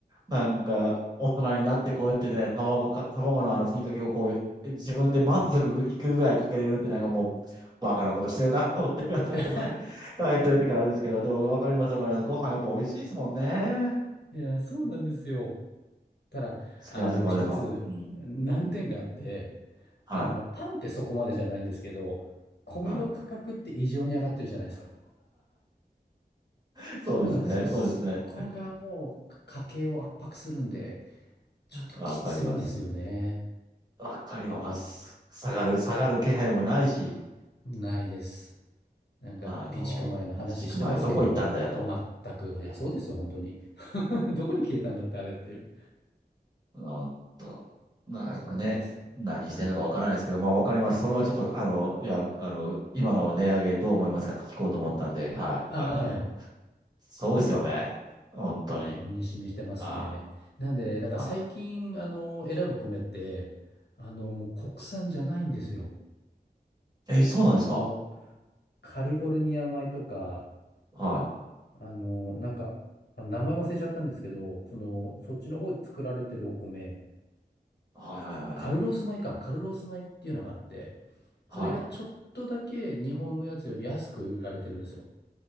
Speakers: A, on the right (about 25°); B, on the left (about 80°).
A: なんか、大人になってこうやってね、卵か、卵のあのふりかけをこう、自分で満足いくぐらいかけれるってなんかもう、
B: はい。はい
A: バカなことしてるなと思ってるんでけど
B: <laughs>
A: かけてる時あるんですけど、でもわかりますわかります。ご飯やっぱ美味しいですもんね。
B: いや、そうなんですよ。ただ、
A: 付き合わせもあれば。
B: あの、一つ難点があって、
A: うん。うん。はい。
B: あの、パンってそこまでじゃないんですけど、米の価格って異常に上がってるじゃないですか。
A: はい。
B: そうなんですよ。
A: そうですね。
B: そこがもう家計を圧迫するんで、
A: そうですね。
B: ちょっときついんですよね。
A: わかります。わかります。下がる、下がる気配もないし、
B: ないです。なんか、
A: あの、
B: 備蓄米の話してますけど、
A: 一区前どこ行ったんだよと。
B: 全く。いや、そうですよ、本当に。<laughs> どこに消えたんだって、あれっていう。
A: なんと、なんかね、
B: そうなんですね。
A: 何してんのかわからないですけど、
B: はい。
A: まあわかります。それはちょっと、
B: あ
A: あの、いや、あの、今の値上げどう思いますかって聞こうと思ったんで、はい。
B: あ、
A: あの、
B: はい。
A: そうですよね。本当に。
B: もう身に染みしてますね。
A: あー
B: なんで、だから最近、
A: は
B: あの、選ぶ米って、あの、もう国産じゃないんですよ。
A: い。え、そうなんですか
B: あの、カリフォルニア米とか、
A: はい。
B: あの、なんか、あ名前忘れちゃったんですけど、その、そっちの方で作られてるお米、
A: はいはいはいはい。
B: カルロース米か、カルロース米っていうのがあって、それがちょっとだけ日本のやつより安く売られてるんですよ。
A: はい。